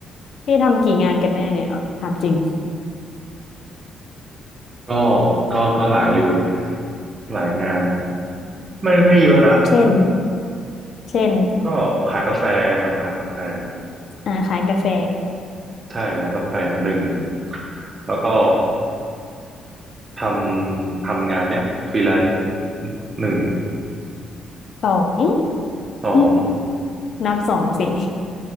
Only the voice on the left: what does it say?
พี่ทำกี่งานกันแน่เนี่ยเอาถามจริง
เช่นเช่น
อ่าขายกาแฟ
สอง
หึนับสองสิ